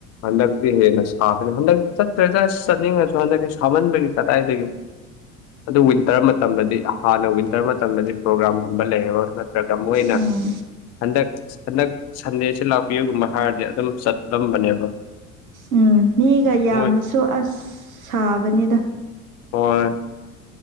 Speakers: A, on the left; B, on the right.
A: ꯍꯟꯗꯛꯇꯤ ꯍꯦꯟꯅ ꯁꯥꯕꯅꯤ ꯍꯟꯗꯛ ꯆꯠꯇ꯭ꯔꯦꯗ ꯆꯠꯅꯤꯡꯉꯁꯨ ꯍꯟꯗꯛꯇꯤ ꯁꯥꯃꯟꯕꯒꯤ ꯀꯗꯥꯏꯗꯒꯤ꯫ ꯑꯗꯨ ꯋꯤꯟꯇꯔ ꯃꯇꯝꯗꯗꯤ ꯍꯥꯟꯅ ꯋꯤꯟꯇꯔ ꯃꯇꯝꯗꯗꯤ꯫ ꯄ꯭ꯔꯣꯒ꯭ꯔꯥꯝꯒꯨꯝꯕ ꯂꯩꯌꯦꯕ ꯅꯠꯇ꯭ꯔꯒ ꯃꯣꯏꯅ
B: ꯎꯝ
A: ꯍꯟꯗꯛ ꯍꯟꯗꯛ ꯁꯟꯗꯦꯁꯤ ꯂꯥꯛꯄꯤꯌꯨꯒꯨꯝꯕ ꯍꯥꯏꯔꯗꯤ ꯑꯗꯨꯝ ꯆꯠꯂꯝꯕꯅꯦꯕ꯫
B: ꯎꯝ ꯃꯤꯒ ꯌꯥꯝꯃꯁꯨ
A: ꯃꯣꯏ
B: ꯑꯁ ꯁꯥꯕꯅꯤꯗ꯫
A: ꯍꯣꯏ꯫